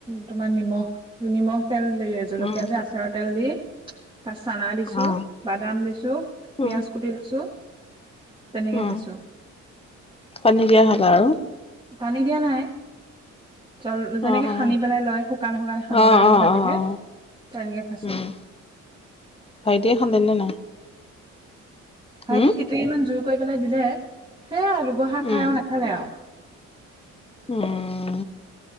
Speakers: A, on the right; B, on the left.
A: তোমাৰ নিমখ নিমখ তেল এই জলকীয়া
B: উম
A: যে আচাৰত তেল দি তাত চানা দিছোঁ
B: অ
A: বাদাম দিছোঁ পিয়াঁজ
B: উম
A: কুটি লৈছোঁ তেনেকে
B: উম
A: খাইছো।
B: পানী দিয়া হ'ল আৰু?
A: পানী দিয়া নাই। জল যেনেকে
B: অ অ
A: সানি পেলাই লয় শুকানে শুকানে সানি
B: অ
A: লয় নহয়
B: অ
A: তেনেকে
B: অ অ
A: তেনেকে খাইছো।
B: উম ভাইটিয়ে খালে নে নাই?
A: ভাইটিক
B: উম
A: কেটেৰিমান জোৰ কৰি পেলাই দিলে। সেয়া দুগৰ্হা খাই
B: উম
A: আৱ নেখালে আৱ।
B: উম।